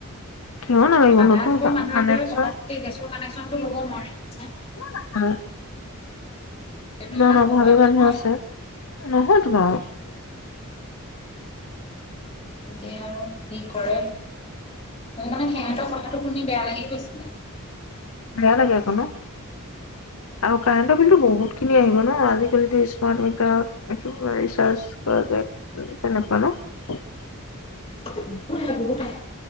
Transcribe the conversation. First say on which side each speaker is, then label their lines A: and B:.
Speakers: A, on the left; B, on the left.
A: কিয় নালাগিব
B: সাধাৰণতে
A: নতুন
B: মানুহ
A: কানেকচন
B: এঘৰে পটৈকে গেছৰ কাণেকচন,।। পটৈকে ল'ব নোৱাৰে
A: ক'ত আছা।
B: সেইটো
A: ইমান অভাৱী
B: সহজ
A: মানুহ
B: নহয়
A: আছে, নহয়তো বাৰু
B: এতিয়া আৰু কি কৰে, মোৰ মানে সিহঁতৰ কথাটো শুনি বেয়া লাগি গৈছিলে।
A: বেয়া লাগে আকৌ ন? আৰু কাৰেণ্টৰ বিলটো বহুতখিন আহিব ন, আজিকালিতো স্মাৰ্টমিটাৰ ৰিচাৰ্জ কৰা যায় তেনেকুৱা ন?
B: বহুত আহে বহুত আহে,